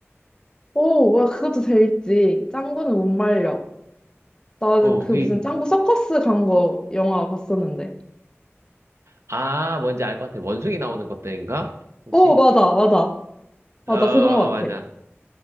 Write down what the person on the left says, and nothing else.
오, 야, 그것도 재밌지. 짱구는 못 말려. 나는
그
무슨 짱구 서커스 간 거 영화 봤었는데.
오, 맞아, 맞아. 맞아,
그건 것
같아.